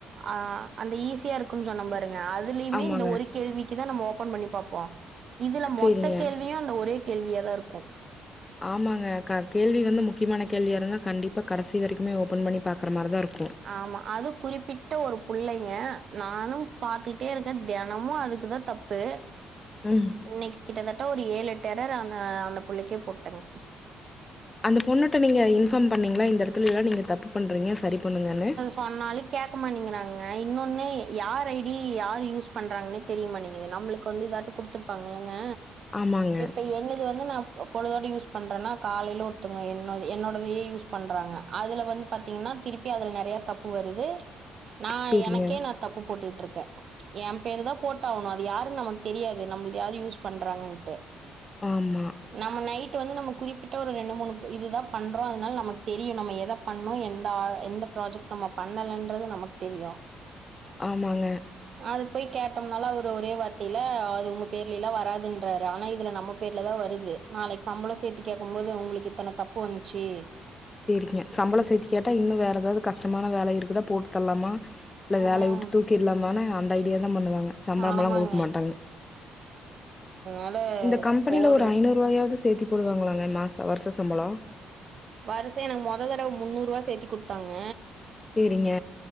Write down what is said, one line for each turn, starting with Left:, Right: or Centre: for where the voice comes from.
Right: அ அந்த ஈஸியா இருக்குன் சொன்ன பாருங்க அதுலயுமே
Left: ஆமாங்க.
Right: இந்த ஒருக் கேள்விக்கி தா நம்ம ஓபன் பண்ணி பாப்போ இதுல
Left: சரிங்க.
Right: மொத்த கேள்வியு அந்த ஒரே கேள்வியாதாருக்கும்
Left: ஆமாங்க க கேள்வி வந்து முக்கியமான கேள்வியா இருந்தா கண்டிப்பா கடைசி வரைக்குமே ஓப்பன் பண்ணி பாக்கற மாரி தாருக்கோ
Right: ஆமா அதும் குறிப்பிட்ட ஒரு புள்ளைங்க நானும் பாத்துட்டேருக்க தெனமு அதுக்கு தா தப்பு
Left: ம்
Right: இன்னைக் கிட்டத்தட்ட ஒரு ஏழு எட்டு எரர அந்த புள்ளைக்கே போட்டங்க
Left: அந்த பொண்ணுட்ட நீங்க இன்ஃபார்ம் பண்ணிங்ளா இந்த எடத்துலல்லா நீங்க தப்பு பண்றிங்க சரி பண்ணுங்கன்னு
Right: சொன்னாலு கேட்க மாட்டங்கிறாங்க இன்னொன்னு யார் ஐ டி யார் யூஸ் பண்றாங்னே தெரியமாட்டேங்குது நம்ளுக்கு வந்து இதாட்ட குடுத்துருப்பாங்கங்க
Left: ஆமாங்க.
Right: இப்ப என்னது வந்து நா பொழுதோட யூஸ் பண்றன்னா காலைல ஒருத்தங்க என்னோடது என்னோடதயே யூஸ் பண்றாங்க அதுல வந் பாத்திங்கன்னா திருப் பி அதுல நெறய தப்பு வருது நா
Left: சரிங்க.
Right: எனக்கே நா தப்பு போட்டுகிட்ருக்க என் பேரு தா போட்டாவணு அது யாருன் நமக் தெரியாது நம்முள்து யாரு யூஸ் பண்றாங்கன்ட்டு
Left: ஆமா
Right: நம்ம நைட்டு வந்து நம்ம குறிப்பிட்ட ஒரு ரெண்டு மூணு இதுதா பண்றோ அத்னால நமக் தெரியு நம்ம எதப் பண்ணோ எந்த ஆ எந்த ப்ராஜெக்ட் நம்ம பண்ணலன்றது நமக்கு தெரியு
Left: ஆமாங்க
Right: அது போய் கேட்டோம்னாலு அவரு ஒரே வார்த்தைல அது உங்க பேர்லியலா வராதுன்றாரு ஆனா இதுல நம்ம பேர்ல தா வருது நாளைக்கு சம்பள சேத்தி கேக்கு போது உங்களுக்கு இத்தன தப்பு வந்ச்சு
Left: சேரிங்க சம்பளோ சேத்தி கேட்டா இன்னு வேற எதாது கஷ்டமான வேல இருக்குதா போட்டு தர்லாமா இல்ல
Right: ம்
Left: வேலயவுட்டு தூக்கிரலாமானு அந்த ஐடியா தா பண்ணுவாங்க சம்பளமலா
Right: ஆமாங்க
Left: குடுக்க மாட்டாங்க
Right: அதனால
Left: இந்த கம்பெனில
Right: போதுங்க
Left: ஒரு ஐநூறுவாயாது சேத்தி போடுவாங்களாங்க மாசோ வருச சம்பளோ
Right: வருசோ எனக்கு மொததடவ முந்நூரூவா சேத்தி குடுத்தாங்க
Left: சேரிங்க